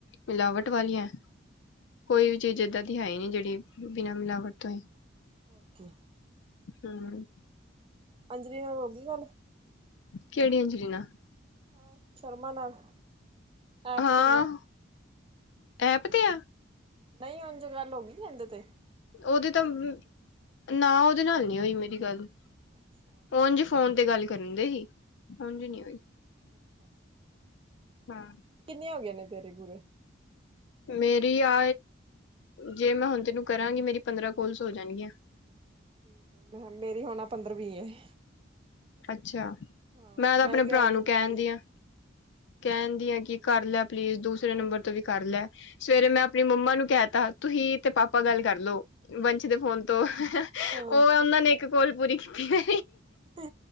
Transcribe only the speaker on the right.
ਹੋਰ ਕੀ
ਅੰਜਲੀ ਨਾਲ ਹੋ ਗਈ ਗੱਲ।
ਹਾਂ, ਸ਼ਰਮਾ ਨਾਲ। ਐਪ
ਤੇ ਹੀ ਆ।
ਨਹੀਂ ਉਂਜ ਗੱਲ ਹੋ ਗਈ ਸੀ ਐਂਡ ਤੇ।
ਅੱਛਾ
ਅੱਛਾ ਅੱਛਾ,
ਕਿੰਨੇ ਹੋ ਗਏ ਨੇ ਤੇਰੇ ਪੂਰੇ
ਠੀਕ, ਮੈਂ ਮੇਰੀ ਹੁਣ ਪੰਦਰਵੀ ਹੈ ਏ
ਹਾਂ
ਵੀ
ਆਪ
ਨੀ
ਕੀਤੀ
ਹਾਂ
ਹ